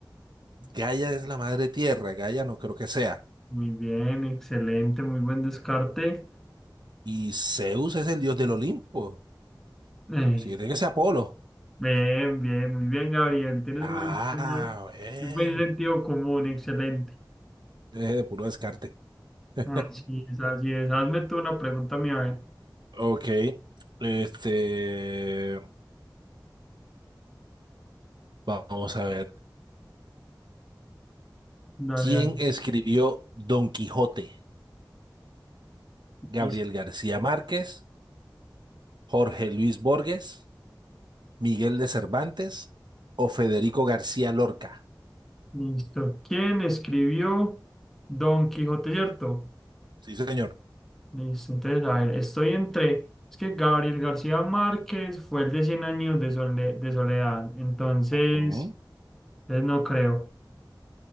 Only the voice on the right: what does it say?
Gaia es la madre tierra, Gaia no creo que sea.
Y Zeus es el dios del Olimpo.
Si tiene que ser Apolo.
Ah,
bien.
Eh, puro descarte. <laughs>
Ok. Este, vamos a ver.
¿Quién
escribió Don Quijote? ¿Gabriel
García Márquez? Jorge Luis Borges, Miguel de Cervantes o Federico García Lorca.
Sí, señor.
Ujú.